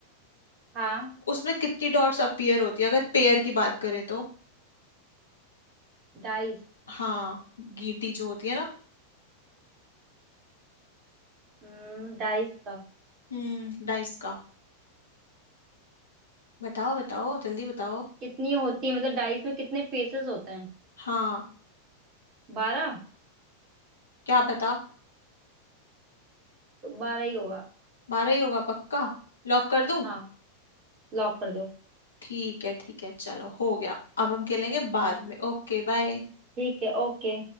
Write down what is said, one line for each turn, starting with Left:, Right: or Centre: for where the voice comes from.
Right: हाँ
Left: उसमें कितनी डॉट्स अपीयर होती है अगर पेयर की बात करें तो
Right: डाइस
Left: हाँ गीटी जो होती है ना
Right: हम्म डाइस का
Left: हम्म डाइस का बताओ बताओ जल्दी बताओ
Right: कितनी होती है मतलब डाइस में कितने फेसेस होते हैं
Left: हाँ
Right: बारह
Left: क्या बता
Right: तो बारह ही होगा
Left: बारह ही होगा पक्का लॉक कर दूं
Right: हाँ लॉक कर दो
Left: ठीक है ठीक है चलो हो गया अब हम खेलेंगे बाद में Okay bye
Right: ठीक है ओके